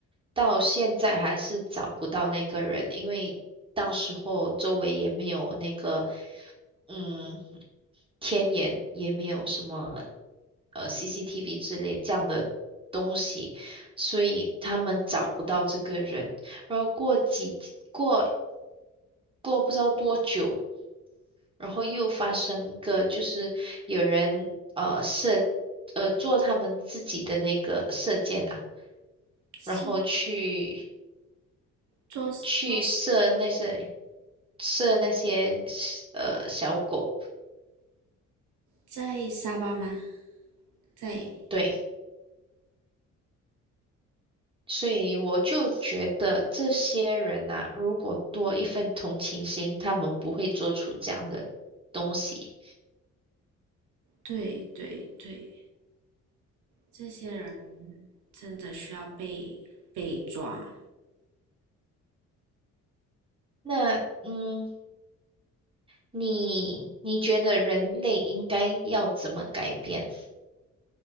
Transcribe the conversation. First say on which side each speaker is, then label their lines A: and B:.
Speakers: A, on the right; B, on the right.
A: 到现在还是找不到那个人，因为当时候周围也没有那个嗯。天眼，也没有什么呃 CCTV 之类这样的东西，所以他们找不到这个人。然后过几过过不知道多久，然后又发生一个，就是有人呃射呃做他们自己的那个射箭啊，
B: 是
A: 然后去
B: 抓抓
A: 去射那些射那些呃小狗，
B: 在沙巴吗？在
A: 对。所以我就觉得这些人呐、如果多一份同情心，他们不会做出这样的东西。
B: 对对对，这些人真的需要被被抓。
A: 那嗯，你你觉得人类应该要怎么改变？